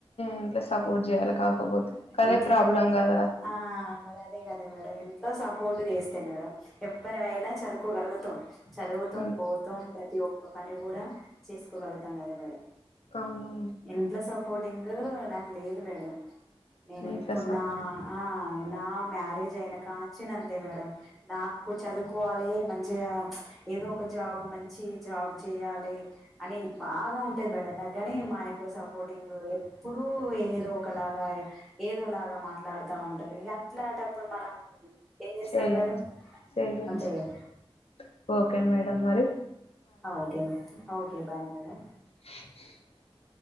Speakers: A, on the left (about 90°); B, in the centre.
A: ఇంట్లో సపోర్ట్ చేయ్యాలి కాకపోతే అదే
B: ఇంట్లో
A: ప్రాబ్లం
B: ఎవ
A: కదా
B: ఆ మరి అదే కదా మేడం ఇంట్లో సపోర్ట్ చేస్తే మేడం ఎవ్వరమైనా చదువుకోగలుగుతం చదువుతం
A: అంతే
B: పోతం ప్రతి ఒక్క పని కూడా చేసుకోగలుగుతం కదా మేడం
A: అవును
B: ఇంట్లో సపోర్టింగ్ నాకు లేదు మేడం నేను
A: ఇంట్లో
B: ఇప్పుడు
A: సపోర్ట్
B: నా ఆ నా మ్యారేజ్ అయినా కాంచెల్లి అంతే మేడం నాకు చదువుకోవాలి మంచిగా ఏదో ఒక జాబ్ మంచి జాబ్ చెయ్యాలే అని బాగా ఉంటది మేడం నాకు గని మా ఇంట్లో సపోర్టింగ్ ఇప్పుడు ఏదో ఒకలాగా ఏదోలాగా మాట్లాడుతా ఉంటరు ఇగ అట్లాంటప్పుడు మనం ఏం చేస్తం
A: చేయలేం
B: మేడం
A: చేయలేం
B: అంతేగా
A: చేయలేం. ఓకే మేడం మరి
B: ఆ ఓకే ఓకే బాయ్ మేడం
A: ముహామ్